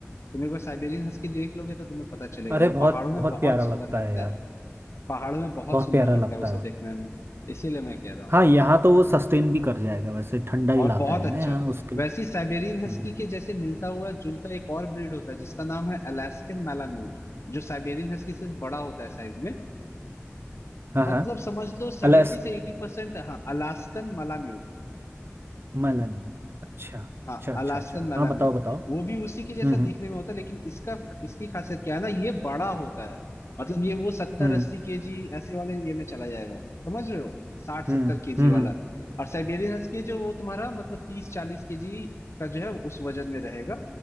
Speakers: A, on the left; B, on the right.
A: तुम एक बार साइबेरियन हस्की देख लोगे तो तुम्हें पता चलेगा
B: अरे
A: वो
B: बहुत
A: पहाड़ों में
B: बहुत
A: बहुत
B: प्यारा
A: सुंदर
B: लगता
A: लगता
B: है यार
A: है पहाड़ों में बहुत
B: बहुत
A: सुंदर
B: प्यारा
A: लगता
B: लगता
A: है उसे
B: है
A: देखने में इसीलिए मैं कह रहा हूँ
B: हाँ यहाँ तो वो सस्टेन भी कर जाएगा वैसे ठंडा
A: और
B: इलाका
A: बहुत
B: है
A: अच्छा
B: ना यहाँ उसके
A: वैसे ही साइबेरियन
B: हम्म,
A: हस्की के जैसे मिलता हुआ जुलता एक और ब्रीड होता है जिसका नाम है अलास्कन मैलाम्यूट जो साइबेरियन हस्की से बड़ा होता है साइज में
B: हाँ
A: मतलब
B: हाँ
A: समझ लो सेवेंटी
B: अलास्क
A: से एटी परसेंट हाँ अलास्कन मलाम्यूट
B: माला नहीं अच्छा अच्छा
A: हाँ
B: अच्छा
A: अलास्कन
B: अच्छा
A: मलाम्यूट
B: हाँ बताओ बताओ
A: वो भी उसी के जैसा
B: हम्म
A: दिखने
B: हम्म
A: में होता है लेकिन इसका इसकी खासियत क्या है ना ये बड़ा होता है मतलब ये वो सत्तर
B: हम्म
A: अस्सी केजी ऐसे वाले ये में चला जाएगा समझ रहे हो साठ सत्तर
B: हम्म
A: केजी
B: हम्म
A: वाला और साइबेरियन हस्की जो वो तुम्हारा मतलब तीस चालीस केजी का जो है उस वजन में रहेगा